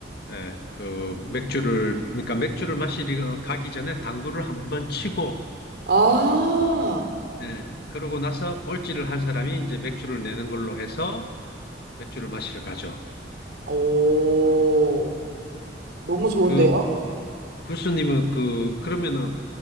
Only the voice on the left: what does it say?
예, 그, 맥주를, 그러니까 맥주를 마시러 가기 전에 당구를 한번 치고,
네. 그러고 나서 꼴찌를 한 사람이 이제 맥주를 내는 걸로 해서 맥주를 마시러 가죠.
그 교수님은 그 그러면은